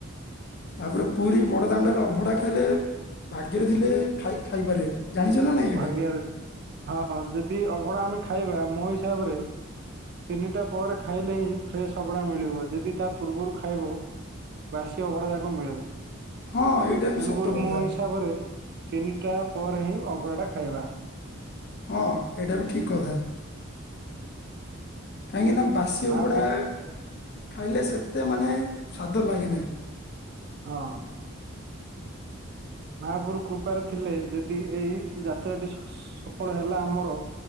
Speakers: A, on the left (about 50°); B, on the right (about 50°).
A: ତାପରେ ପୁରୀ ବଡ ଦାଣ୍ଡରେ ଅଭଡା ଖାଇଲେ ଭାଗ୍ୟରେ ଥିଲେ ଖାଇ ଖାଇପାରେ। ଜାଣିଛ ନା ନାଇଁ ଏଇଟା
B: ଭାଗ୍ୟରେ ହଁ ଯଦି ଅଭଢା ଆମେ ଖାଇବା ମୋ ହିସାବରେ ତିନିଟା ପରେ ଖାଇଲେ ହିଁ ଫ୍ରେଶ୍ ଅଭଢା ମିଳିବ ଯଦି ତା ପୂର୍ବରୁ ଖାଇବ ବାସି ଅଭଡ଼ା ଯାକ ମିଳେ। ତେଣୁକରି
A: ହଁ ଏଇଟା ବି ସତ କଥା
B: ମୋ ହିସାବରେ ତିନିଟା ପରେ ହିଁ ଅଘ୍ ବଢ଼ା ଖାଇବା।
A: ହଁ ଏଇଟା ବି ଠିକ କଥା। କାହିଁକିନା ବାସି ଅଭଡ଼ା
B: ମହାପୁରୁ
A: ଖାଇଲେ ସେତେ ମାନେ ସ୍ଵାଦ ଲାଗେ ନାଇଁ।
B: ହଁ। ମହାପ୍ରଭୁ କୃପାରେ ଥିଲେ ଯଦି ଏଇ ଯାତ୍ରାଟି ସଫଳ ହେଲା ଆମର